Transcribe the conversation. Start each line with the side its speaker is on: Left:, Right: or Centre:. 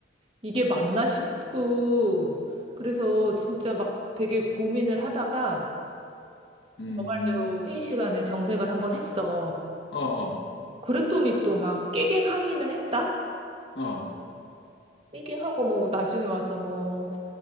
Right: 이게 맞나 싶고, 그래서 진짜 막 되게 고민을 하다가,
Left: 음,
Right: 너 말대로 회의 시간에 정색을 한번 했어.
Left: 어, 어,
Right: 그랬더니 또 막 깨갱하기는 했다?
Left: 어,
Right: 깨갱하고 뭐 나중에 와서 뭐,